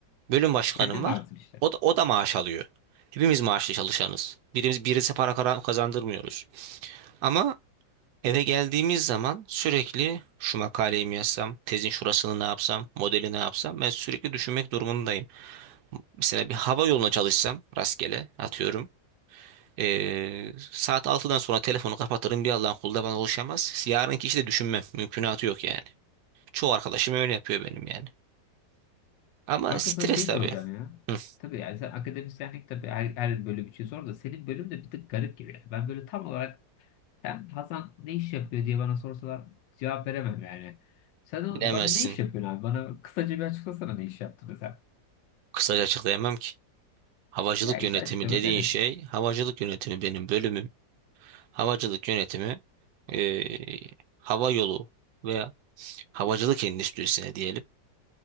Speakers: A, on the right (about 70°); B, on the left (about 80°).
A: Bölüm başkanım
B: Kendin
A: var.
B: varsın işte.
A: O da, o da maaş alıyor. Hepimiz maaşlı çalışanız. Birimiz birisi para kara- kazandırmıyoruz. Ama eve geldiğimiz zaman sürekli şu makaleyi mi yazsam, tezin şurasını ne yapsam, modeli ne yapsam ben sürekli düşünmek durumundayım. Mesela bir hava yoluna çalışsam rastgele atıyorum. Ee, saat 6'dan sonra telefonu kapatırım bir Allah'ın kulu da bana ulaşamaz. Yarınki işi de düşünmem. Mümkünatı yok yani. Çoğu arkadaşım öyle yapıyor benim yani. Ama
B: Kanka
A: stres
B: sana şey
A: tabii.
B: soracağım ya.
A: Hı,
B: Tabii yani sen akademisyenlik tabii her, her bölüm için sor da senin bölüm de bir tık garip gibi. yani. Ben böyle tam olarak Ben Hasan ne iş yapıyor diye bana sorsalar cevap veremem yani. Sen o-
A: bilemezsin.
B: bana ne iş yapıyorsun abi? Bana kısaca bir açıklasana ne iş yaptığını sen.
A: Kısaca açıklayamam ki. Havacılık
B: Ya işte
A: yönetimi
B: açıklama
A: dediğin
B: dene.
A: şey, havacılık yönetimi benim bölümüm. Havacılık yönetimi ee, hava yolu veya havacılık endüstrisine diyelim.